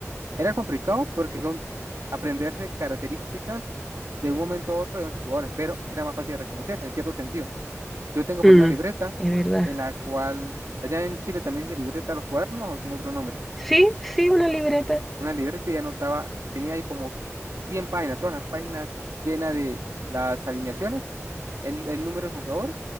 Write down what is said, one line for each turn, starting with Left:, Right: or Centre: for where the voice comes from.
Right: Era complicado porque son aprenderse características de un momento a otro de 11 jugadores, pero era más fácil de reconocer en cierto sentido. Yo tengo
Centre: mm,
Right: por una libreta
Centre: es verdad.
Right: en la cual, allá en Chile también se dice libreta a los cuadernos o tiene otro nombre.
Centre: Sí, sí, una libreta.
Right: Una libreta y anotaba, tenía ahí como 100 páginas, todas las páginas llenas de las alineaciones, el, el número del jugador